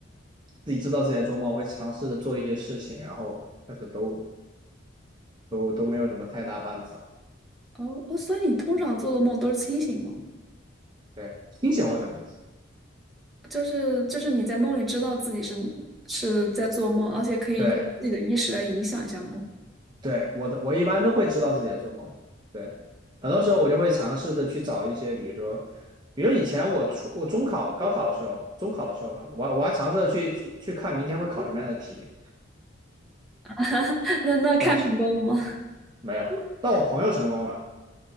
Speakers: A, on the right; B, in the centre.
A: 自己知道自己在做梦，会尝试着做一些事情，然后但是都都都没有什么太大办法。
B: 哦哦，所以你通常做的梦都是清醒梦
A: 对，清醒梦是什么意思？
B: 就是就是你在梦里知道自己是是在做梦，而且可以用自己的意识来影响一下梦。
A: 对，对，我的，我一般都会知道自己在做梦。对，很多时候我就会尝试的去找一些，比如说，比如以前我初我中考、高考的时候，中考的时候吧，我我还尝试着去去去看明天会考什么样的题，
B: <laughs> 那那看成功了吗？
A: 但是
B: <laughs>
A: 没有。但我朋友成功了，